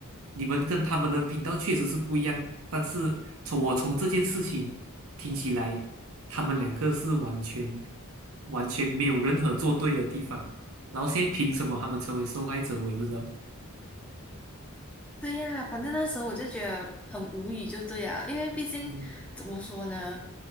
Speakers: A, on the right; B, in the centre.
A: 你们跟他们的频道确实是不一样，但是从我从这件事情听起来，他们两个是完全完全没有任何做对的地方。然后现在凭什么他们成为受害者，我也不知道。
B: 对呀，反正那时候我就觉得很无语，就对呀，因为毕竟怎么说呢，
A: 嗯